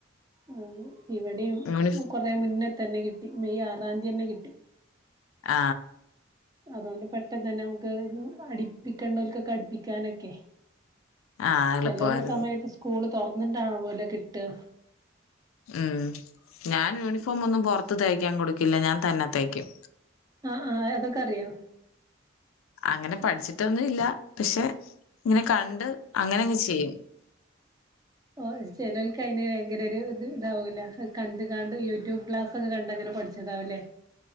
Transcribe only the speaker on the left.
യൂണിഫ്
ആ
ആഹ് എളുപ്പമായിരുന്നു
ഉം ഞാൻ യൂണിഫോം ഒന്നും പൊറത്ത് തയ്ക്കാൻ കൊടുക്കില്ല. ഞാൻ തന്നെത്തയ്ക്കും
അങ്ങനെ പഠിച്ചിട്ടൊന്നും ഇല്ല. പക്ഷെ ഇങ്ങനെ കണ്ട് അങ്ങനങ്ങ് ചെയ്യും